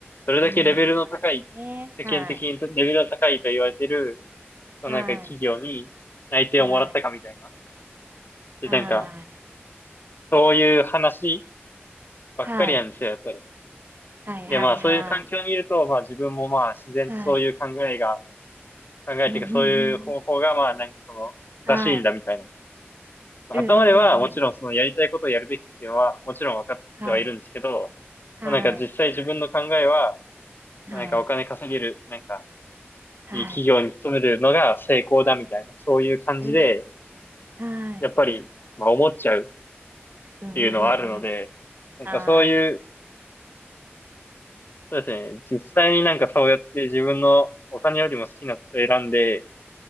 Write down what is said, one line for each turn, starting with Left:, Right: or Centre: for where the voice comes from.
Left: それだけレベルの高い、
Right: うん、そうですよね。
Left: 世間的にレベルの高いと言われてる、
Right: はい。
Left: そのなんか企業に内定をもらったかみたいな。
Right: はい。はい。
Left: で、
Right: はい。
Left: なんか、そういう話ばっかりなんですよ、
Right: はい。
Left: やっぱり。
Right: はい。
Left: で、
Right: はい。
Left: まあそういう環境にいると、
Right: はい。
Left: まあ自分もまあ自然とそういう考えが、
Right: はい。
Left: 考えていうかそういう方法がまあなんかその正しいんだみたいな。
Right: うんうんうんうん。はい。
Left: 頭ではもちろんそのやりたいことをやるべきっていうのはもちろん分かってはいるんですけど、
Right: うんうんうんうん。はい。はい。
Left: まあなんか実際自分の考えは、
Right: はい。
Left: まあなんかお金稼げる、なんか
Right: はい。
Left: いい企業に勤めるのが成功だみたいな、そういう感じで、
Right: うん。はい。
Left: やっぱりまあ思っちゃうっ
Right: うんうんうんうん。
Left: ていうのはあるので、なんかそういう、
Right: はい。
Left: そうですね、実際になんかそうやって自分のお金よりも好きなことを選んで、